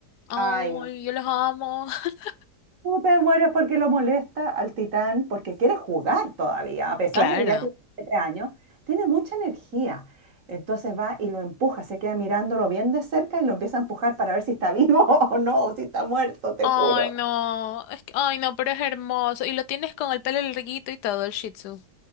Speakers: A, on the left; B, on the right.
A: Ay,
B: Ay, no.
A: yo los amo. <laughs>
B: Tú te mueres porque lo molesta al Titán, porque quiere jugar todavía, a pesar
A: Claro.
B: de que ya tiene siete años, tiene mucha energía. Entonces va y lo empuja, se queda mirándolo bien de cerca y lo empieza a empujar para ver si está vivo <laughs> o no, o si está muerto, te
A: Ay,
B: juro.
A: no. Es que, ay, no, pero es hermoso. Y lo tienes con el pelo larguito y todo, el Shih Tzu.